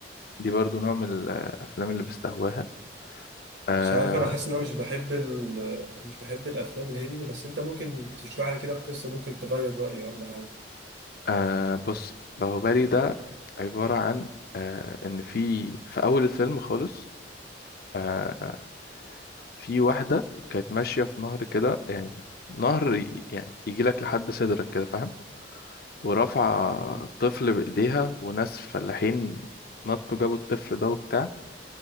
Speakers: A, on the left; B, on the right.
A: دي برضو نوع من الافلام اللي بستهواها آه
B: مش عارف انا حاسس ان انا مش بحب ال... مش بحب الافلام الهندي بس انت ممكن تشرح لي كده القصه ممكن تغير رايي ولا حاجه
A: آه بص باهوبالي ده عباره عن آه ان في في اول الفيلم خالص آه في واحده كانت ماشيه في نهر كده يعني نهر ي- يعني يجي لك لحد صدرك كده فاهم ورافعه
B: مم.
A: الطفل بايديها وناس فلاحين نطوا جابوا الطفل ده وبتاع